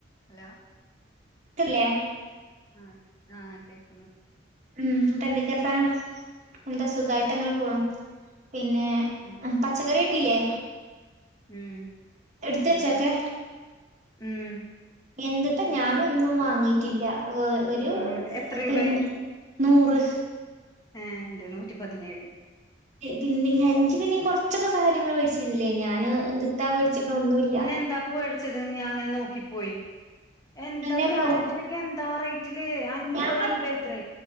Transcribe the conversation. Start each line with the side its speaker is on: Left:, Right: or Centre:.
Left: hello
Right: കേക്ക്ണ് ല്ലെ
Left: ആഹ ആഹ് കേക്ക്‌
Right: ഉം ന്നട്ട് എന്തൊക്കെ വർത്താനം എന്താ സുഖായിട്ട് അങ്ങനെ പോണ് പിന്നെ
Left: ഉം
Right: പച്ചക്കറി കിട്ടീല്ലേ
Left: ഉം
Right: എടുത്ത്
Left: ക്കറി
Right: വെച്ചൊക്കെ
Left: ഉം
Right: എന്തുട്ടാ
Left: എടുത്ത്
Right: ഞാനൊന്നും വാങ്ങിട്ടില്ല ഒരു
Left: ഉം എത്ര രൂപേ
Right: പിന്നെ നൂറ്
Left: ഏഹ് ഇന്റെ നൂറ്റി പതിനേഴ്
Right: പിന്നെ ഇജ്ജ് പിന്നെ കുറച്ചൊക്കെ സാധനങ്ങൾ മേടിച്ചിരുന്നില്ലേ ഞാൻ എന്ത്താ മേടിച്ചിക്ക്‌ണ് ഒന്നും ഇല്ല
Left: എത്താണാ വേട് ച്ചത് ന്ന് ഞാൻ അങ്ങനെ നോക്കി പോയി എന്താ
Right: അന്നെ
Left: ക്യാരറ്റിന്
Right: പോ
Left: ഒക്കെ എന്താ റേറ്റ് ലെ അപത്
Right: ഞാൻ പ
Left: രൂപയാ ത്രേ